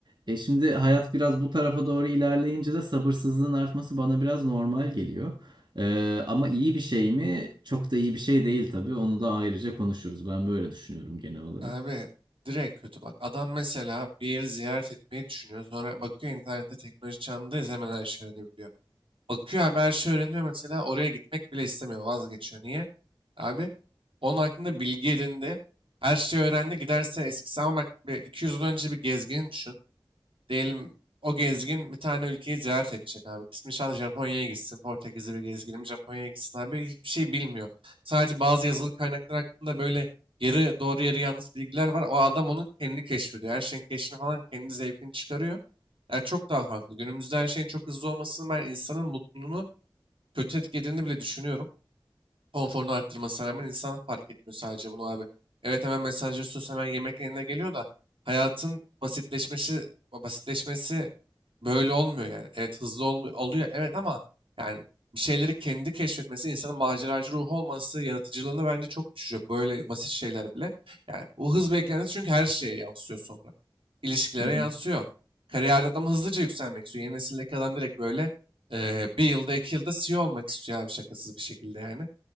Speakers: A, on the right; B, on the right.
A: E şimdi hayat biraz bu tarafa doğru ilerleyince de sabırsızlığın artması bana biraz normal geliyor. Ee, ama iyi bir şey mi? Çok da iyi bir şey değil tabii. Onu da ayrıca konuşuruz. Ben böyle düşünüyorum genel olarak.
B: Abi direkt kötü bak. Adam mesela bir yeri ziyaret etmeyi düşünüyor. Sonra bakıyor internette teknoloji çağındayız hemen her şey öğrenebiliyor. Bakıyor abi her şey öğreniyor mesela oraya gitmek bile istemiyor vazgeçiyor. Niye? Abi onun hakkında bilgi edindi. Her şeyi öğrendi giderse eskisi ama bak bir 200 yıl önce bir gezgin düşün. Diyelim o gezgin bir tane ülkeyi ziyaret edecek abi. İsmi inşallah Japonya'ya gitsin. Portekizli bir gezginim Japonya'ya gitsin abi. Hiçbir şey bilmiyor. Sadece bazı yazılı kaynaklar hakkında böyle yarı doğru yarı yanlış bilgiler var. O adam onu kendi keşfediyor. Her şeyin keşfini falan kendi zevkini çıkarıyor. Yani çok daha farklı. Günümüzde her şeyin çok hızlı olmasının ben insanın mutluluğunu kötü etkilediğini bile düşünüyorum konforunu arttırmasına rağmen insan fark etmiyor sadece bunu abi. Evet hemen mesajları mesajlaşıyorsun hemen yemek eline geliyor da hayatın basitleşmesi basitleşmesi böyle olmuyor yani. Evet hızlı olmuyor, oluyor evet ama yani bir şeyleri kendi keşfetmesi, insanın maceracı ruhu olması, yaratıcılığını bence çok düşürüyor. Böyle basit şeyler bile. Yani bu hız beklentisi çünkü her şeye yansıyor sonra. İlişkilere
A: Hı hı.
B: yansıyor. Kariyerde adam hızlıca yükselmek istiyor. Yeni nesildeki adam direkt böyle eee, bir yılda iki yılda CEO olmak istiyor abi şakasız bir şekilde yani.